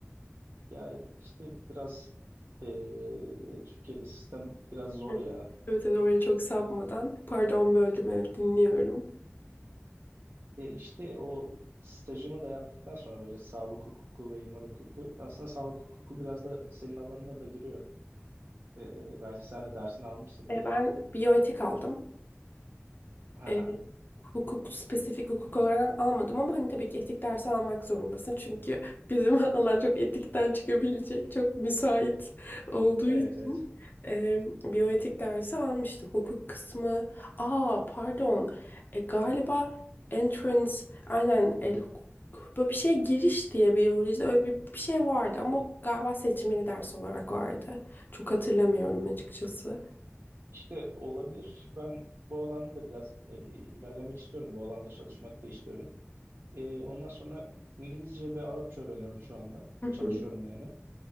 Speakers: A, on the right (about 70°); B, on the left (about 45°).
A: Ya işte biraz e, Türkiye'de sistem biraz zor
B: Evet.
A: ya.
B: Evet, evet oraya çok sapmadan. Pardon böldüm evet dinliyorum.
A: E, işte o stajımı da yaptıktan sonra böyle sağlık hukuku ve imar hukuku. Aslında sağlık hukuku biraz da senin alanına da giriyor. E, belki sen de dersini almışsındır.
B: E, ben biyoetik aldım.
A: Haha.
B: E, hukuk spesifik hukuk olarak almadım ama hani tabii ki etik dersi almak zorundasın. Çünkü bizim <laughs> alan çok etikten çıkabilecek, çok müsait olduğu
A: Evet
B: için.
A: evet.
B: E, biyoetik dersi almıştım. Hukuk kısmı. Aa pardon. E, galiba entrance aynen el hukuk. Böyle bir şey giriş diye biyolojide öyle bir, bir şey vardı ama galiba seçmeli ders olarak vardı. Çok hatırlamıyorum açıkçası.
A: İşte olabilir. Ben bu alanda da biraz e, ilerlemek istiyorum. Bu alanda çalışmak da istiyorum. E, ondan sonra İngilizce ve Arapça öğreniyorum şu anda.
B: Hı hı.
A: Çalışıyorum yani.